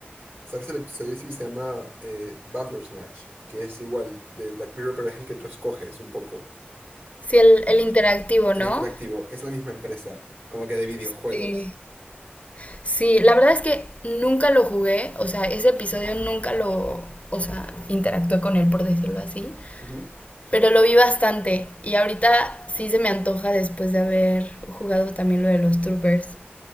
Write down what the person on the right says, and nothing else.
¿Sabes el episodio ese que se llama eh, Bandersnatch? Que es igual de Black Mirror, pero es el que tú escoges un poco.
El
interactivo es la misma empresa, como que de videojuegos.
Ujú.